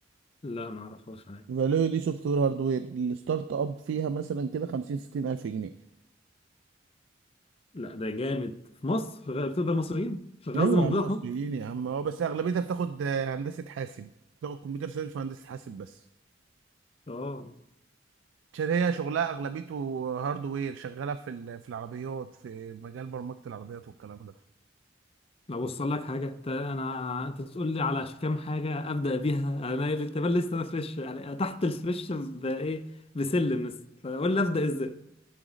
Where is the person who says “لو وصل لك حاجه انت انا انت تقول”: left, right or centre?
Left